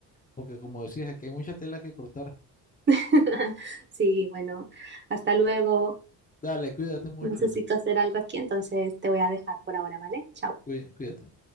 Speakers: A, on the left; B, on the right.
A: porque como decías, aquí hay mucha tela que cortar.
B: <laughs> Sí, bueno, hasta luego.
A: Dale, cuídate mucho.
B: Necesito hacer algo aquí, entonces te voy a dejar por ahora, ¿vale? Chao.
A: cuí- Cuídate.